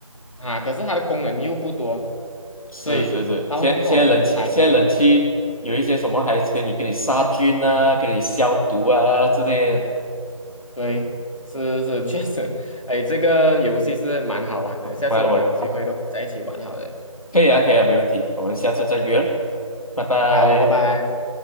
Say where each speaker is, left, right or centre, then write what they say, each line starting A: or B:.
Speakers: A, on the left; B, on the left.
A: 啊，可是它的功能又不多，
B: 是是是，
A: 所以到最后我就拆这一个。
B: 现现在冷气，现在冷气有一些什么还是给你给你杀菌啊，给你消毒啊之类的。
A: 对，是是，
B: 嗯，
A: 确实，哎，这个游戏是蛮好玩的，
B: 啊，
A: 下次我们有机会的话再一起玩好了。
B: 我我可以啊，可以啊，没问题，我们下次再约了，拜拜。
A: 好，拜拜。